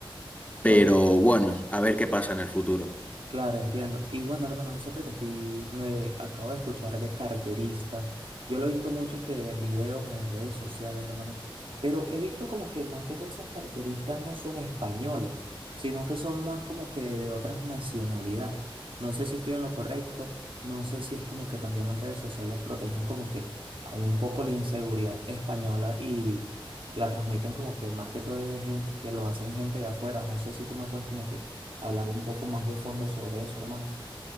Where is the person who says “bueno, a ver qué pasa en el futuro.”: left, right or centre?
Left